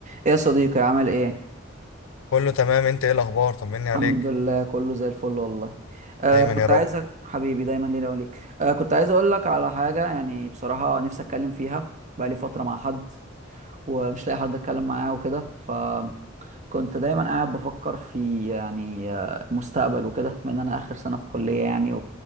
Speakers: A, on the right; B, on the left.
A: ايه يا صديقي عامل ايه
B: كله تمام انت ايه الاخبار طمني عليك
A: الحمد لله كله زي الفل والله آه
B: دايما
A: كنت
B: يا رب
A: عايزك حبيبي دايما لينا وليك آه كنت عايز اقول لك على حاجه يعني بصراحه نفسي اتكلم فيها بقالي فتره مع حد ومش لاقي حد اتكلم معاه وكده فكنت دايما قاعد بفكر في يعني آه، المستقبل وكده بما ان انا اخر سنه في كليه يعني